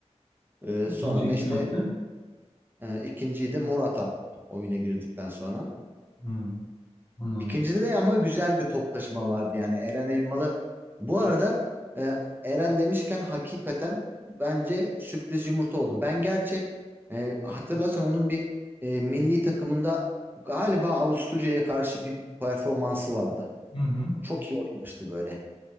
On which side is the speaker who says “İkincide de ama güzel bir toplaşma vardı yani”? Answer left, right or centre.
Right